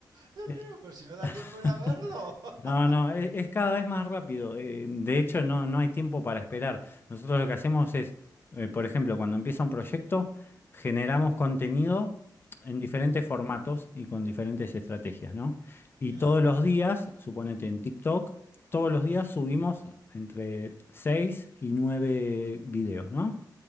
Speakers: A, on the right; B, on the left.
A: Dios
B: Es-
A: mío, pero
B: <laughs>
A: si no da tiempo ni a verlo. <laughs>
B: No, no, e- es, cada vez más rápido. eh, de hecho, no, no hay tiempo para esperar. Nosotros lo que hacemos es, eh, por ejemplo, cuando empieza un proyecto, generamos
A: Ujú,
B: contenido en diferentes formatos y con diferentes estrategias, ¿no? Y
A: ujú,
B: todos los días, suponete en TikTok, todos los días subimos entre 6 y 9 videos, ¿no?